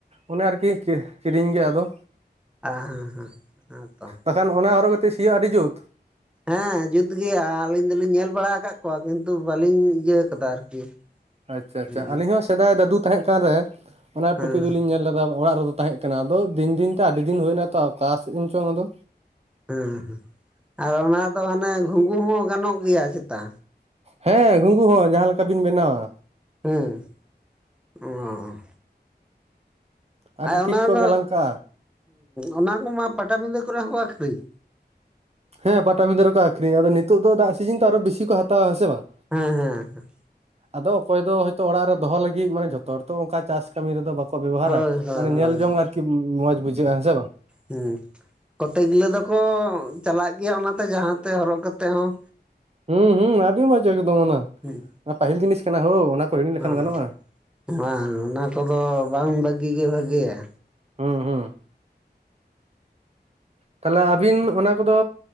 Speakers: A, on the right (about 35°); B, in the centre.
A: ᱚᱱᱮ ᱟᱨᱠᱤ ᱠᱤᱷ ᱠᱤᱨᱤᱧ ᱜᱮ ᱟᱫᱚ
B: ᱟ ᱦᱮᱸ ᱦᱮᱸ ᱦᱮᱸ ᱛᱚ।
A: ᱵᱟᱠᱷᱟᱱ ᱚᱱᱟ ᱦᱚᱨᱚᱜ ᱠᱟᱛᱮᱫ ᱥᱤᱭᱳᱜ ᱟᱹᱰᱤ ᱡᱩᱛ।
B: ᱦᱮᱸ ᱡᱩᱛ ᱜᱮᱭᱟ ᱟᱹᱞᱤᱧ ᱫᱚᱞᱤᱧ ᱧᱮᱞ ᱵᱟᱲᱟ ᱟᱠᱟᱫ ᱠᱚᱣᱟ ᱠᱤᱱᱛᱩ ᱵᱟᱞᱤᱧ ᱤᱭᱟᱹ ᱟᱠᱟᱫᱟ ᱟᱨᱠᱤ।
A: ᱟᱪᱪᱷᱟ ᱟᱪᱪᱷᱟ᱾ᱟᱹᱞᱤᱧ
B: ᱦᱮᱸ
A: ᱦᱚᱸ ᱥᱮᱫᱟᱭ ᱫᱟᱫᱩ ᱛᱟᱦᱮᱸ ᱠᱟᱱ ᱨᱮ ᱚᱱᱟ
B: ᱦᱮᱸ
A: ᱴᱩᱯᱤ ᱫᱚᱞᱤᱧ ᱧᱮᱞ ᱞᱮᱫᱟ᱾ ᱚᱲᱟᱜ ᱨᱮᱫᱚ ᱼᱼ ᱛᱟᱦᱮᱸᱜ ᱠᱟᱱᱟ ᱟᱫᱚ ᱫᱤᱱ ᱫᱤᱱ ᱛᱮ ᱟᱹᱰᱤ ᱫᱤᱱ ᱦᱩᱭᱱᱟ ᱛᱚ ᱚᱠᱟ ᱥᱮᱫᱮᱱ ᱪᱚᱝ ᱟᱫᱚ
B: ᱦᱩᱸ ᱦᱩᱸ ᱟᱨ ᱚᱱᱟ ᱫᱚ ᱦᱟᱱᱮ ᱜᱷᱩᱸᱜᱩ ᱦᱚᱸ ᱜᱟᱱᱚᱜ ᱜᱮᱭᱟ ᱪᱮᱛᱟ
A: ᱦᱮᱸ ᱜᱩᱝᱜᱩ ᱦᱚᱸ ᱡᱟᱦᱟᱸ ᱞᱮᱠᱟ ᱵᱤᱱ ᱵᱮᱱᱟᱣᱟ
B: ᱦᱮᱸ ᱚᱸ
A: ᱟᱹᱰᱤ
B: ᱟᱨ
A: ᱴᱷᱤᱠ
B: ᱚᱱᱟᱫᱚ
A: ᱠᱚ ᱜᱟᱞᱟᱝ ᱠᱟᱜᱼᱟ
B: ᱚᱱᱟ ᱠᱚᱢᱟ ᱯᱟᱴᱟᱵᱤᱸᱫᱟᱹ ᱠᱚᱨᱮ ᱦᱚᱸᱠᱚ ᱟᱠᱷᱨᱤᱧ।
A: ᱦᱮᱸ ᱯᱟᱴᱟᱵᱤᱫᱷᱟᱹ ᱨᱮᱠᱚ ᱟᱠᱷᱨᱤᱧᱟ ᱟᱫᱚ ᱱᱤᱛᱚᱜ ᱫᱚ ᱫᱟᱜ ᱥᱤᱡᱤᱱ ᱛᱚ ᱟᱨᱚ ᱵᱮᱥᱤ ᱠᱚ ᱦᱟᱛᱟᱣᱟ ᱦᱮᱸᱥᱮ ᱵᱟᱝ।
B: ᱦᱮᱸ ᱦᱮᱸ ᱦᱮᱸ
A: ᱟᱫᱚ ᱚᱠᱚᱭ ᱫᱚ ᱦᱚᱭᱛᱳ ᱚᱲᱟᱜ ᱨᱮ ᱫᱚᱦᱚ ᱞᱟᱹᱜᱤᱫ ᱢᱟᱱᱮ ᱡᱷᱚᱛᱚ ᱦᱚᱲ ᱛᱚ ᱚᱱᱠᱟ ᱪᱟᱥ ᱠᱟᱹᱢᱤ ᱨᱮᱫᱚ ᱵᱟᱠᱚ ᱵᱮᱵᱚᱦᱟᱨᱟ᱾
B: ᱦᱳᱭ ᱦᱳᱭ
A: ᱢᱟᱱᱮ
B: ᱦᱳᱭ
A: ᱧᱮᱞ ᱡᱚᱝ ᱟᱨᱠᱤ ᱢᱚᱸᱡᱽ ᱵᱩᱡᱷᱟᱹᱜᱼᱟ ᱦᱮᱸ ᱥᱮ ᱵᱟᱝ।
B: ᱦᱮᱸ ᱠᱚᱛᱮ ᱜᱤᱞᱟᱹ ᱫᱚᱠᱚ ᱪᱟᱞᱟᱜ ᱜᱮᱭᱟ ᱚᱱᱟᱛᱮ ᱡᱟᱦᱟᱸ ᱛᱮ ᱦᱚᱨᱚᱜ ᱠᱟᱛᱮ ᱦᱚᱸ।
A: ᱦᱩᱸ ᱦᱩᱸ ᱟᱹᱰᱤ ᱢᱚᱸᱡᱽ ᱮᱠᱫᱚᱢ ᱚᱱᱟ
B: ᱦᱮᱸ
A: ᱯᱟᱹᱦᱤᱞ ᱡᱤᱱᱤᱥ ᱠᱟᱱᱟ ᱦᱳ ᱚᱱᱟ ᱠᱚ ᱦᱤᱲᱤᱧ ᱞᱮᱠᱷᱟᱱ
B: ᱦᱚᱸ
A: ᱜᱟᱱᱚᱜᱼᱟ
B: ᱦᱚᱸ ᱵᱟᱝ ᱚᱱᱟ ᱠᱚᱫᱚ ᱵᱟᱝ ᱵᱟᱹᱜᱤ ᱜᱮ ᱵᱷᱟᱹᱜᱤᱭᱟ।
A: ᱦᱩᱸ ᱦᱩᱸ ᱛᱟᱦᱟᱞᱮ ᱟᱵᱤᱱ ᱚᱱᱟ ᱠᱚᱫᱚ